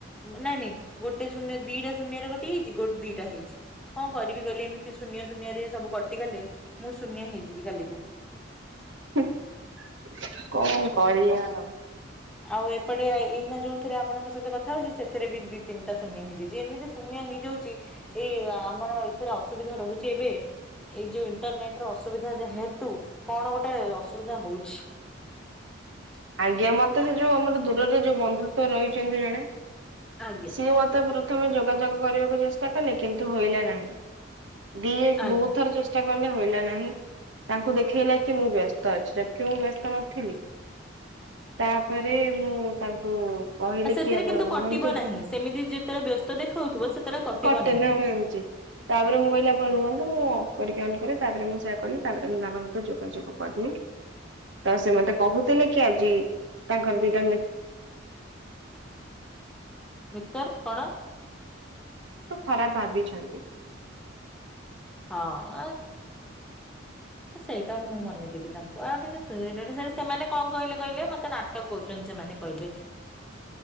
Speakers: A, in the centre; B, on the right (about 70°).
A: ଉଁ ନାଇଁ ନାଇଁ ଗୋଟେ ଶୂନ୍ୟ ଦିଟା ଶୂନ୍ୟରେ ଗୋଟେ ହେଇଚି ଗୋଡ-ଦିଟା ହେଇଚି। କଅ କରିବି କହିଲେ? ଏମିତି ଶୂନ୍ୟ ଶୂନ୍ୟ ରେ ସବୁ କଟିଗଲେ, ମୁଁ ଶୂନ୍ୟ ହେଇଯିବି କାଲିକୁ।
B: ହୁଁ କଅ କରିଆ ଆଉ?
A: ଆଉ ଏପଟେ ଏଇନା ଯୋଉଥିରେ ଆପଣଙ୍କ ସହିତ କଥା ହୋଉଚି ସେଥିରେ ବି ଦି ତିନିଟା ଶୂନ୍ୟ ହେଇଯାଇଚି। ଏମିତି ଶୂନ୍ୟ ଏଇଆ ହେଇଯାଉଚି, ଏଇ ଆମର ଏଥିରେ ଅସୁବିଧା ରୋହୁଚି ଏବେ। ଏଇ ଯୋଉ ଇଣ୍ଟରନେଟ ର ଅସୁବିଧା ଯେହେତୁ, କଣ ଗୋଟେ ଅସୁବିଧା ହୋଉଛି। ଟ
B: ଆଜ୍ଞା ମତେ ସେ ଯୋଉ ଆମର ଦୂରରେ ଯୋଉ ବନ୍ଧୁତ ରହିଚନ୍ତି ଜଣେ?
A: ଆଜ୍ଞା।
B: ସିଏ ମତେ ପ୍ରଥମେ ଯୋଗାଯୋଗ କରିବାକୁ ଚେଷ୍ଟା କଲେ, କିନ୍ତୁ ହୋଇଲା ନାହିଁ। ଦିଏ ବୋହୁତ
A: ଆଜ୍ଞା
B: ଥର ଚେଷ୍ଟା କ ଗଲେ ହୋଇଲା ନାହିଁ, ତାଙ୍କୁ ଦେଖେଇଲା କି ମୁଁ ବ୍ୟସ୍ତ ଅଛି ଜବକି ମୁଁ ବ୍ୟସ୍ତ ନଥିଲି। ତାପରେ ମୁଁ ତାଙ୍କୁ କହିଲି
A: ଆ ସେଥିରେ
B: କି ଆପଣ
A: କିନ୍ତୁ
B: ରୁହନ୍ତୁ
A: କଟିବ ନାହିଁ, ସେମିତି ଯେତେବେଳେ ବ୍ୟସ୍ତ ଦେଖୋଉଥିବ ସେତେବେଳେ କଟିବ
B: କଟେନ
A: ନାହିଁ।
B: ଆମେ ଆଣିଚେ। ତାପରେ ମୁଁ କଇଲି ଆପଣ ରୁହନ୍ତୁ ଅଁ କରିକି ଅନ କରେ, ତାପରେ ମୁଁ ସେୟା କଲି, ତାପରେ ମୁଁ ବାବାଙ୍କ ଉପରେ ଯୋଗାଯୋଗ କରିଲି। ତ ସେ ମତେ କହୁଥିଲେ କି ଆଜି ତାଙ୍କର ଦିଟା ମି <inaudible>
A: ମିତର୍ କଣ?
B: ତ ଖରାପ ଭାବିଛନ୍ତି।
A: ହଁ ଆ ଆ ସେଇଟା ମୁଁ ମନେଇଁଦେବି ତାଙ୍କୁ, ଆ ଫିର ସେଠୁ-ସେଠୁ ସେମାନେ କଅ କହିଲେ କହିଲେ? ମତେ ନାଟକ କରୁଛନ୍ତି। ସେମାନେ କଇଲେ। <inaudible>